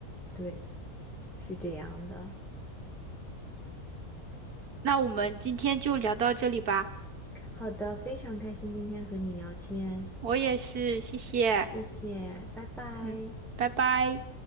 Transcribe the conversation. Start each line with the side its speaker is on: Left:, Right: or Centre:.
Centre: 对，是这样的。
Right: 那我们今天就聊到这里吧。
Centre: 好的，非常开心今天和你聊天，
Right: 我也是，谢谢。
Centre: 谢谢，拜拜。
Right: 嗯，拜拜。